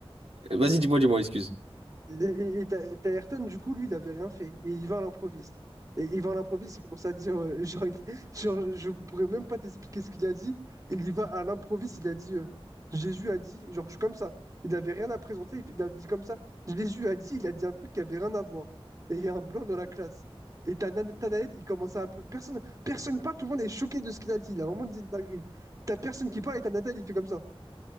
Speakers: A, on the right (about 80°); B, on the right (about 35°).
A: Vas-y, dis-moi, dis-moi, excuse.
B: Et, et, et Ta- Ayrton, du coup, lui, il avait rien fait. Et il va à l'improviste. Et il va à l'improviste, il commence à dire, euh, genre, il- <laughs> genre, je pourrais même pas t'expliquer ce qu'il a dit. Il y va à l'improviste, il a dit, euh, Jésus a dit, genre, je- comme ça. Il n'avait rien à présenter, il a dit comme ça. Jésus a dit, il a dit un truc qui avait rien à voir. Et il y a un blanc dans la classe. Et t'as Nathanaël, il commence à applaudir. Personne, personne parle, tout le monde est choqué de ce qu'il a dit. Il a vraiment dit une dinguerie. T'as personne qui parle et t'as Nathanaël, il fait comme ça.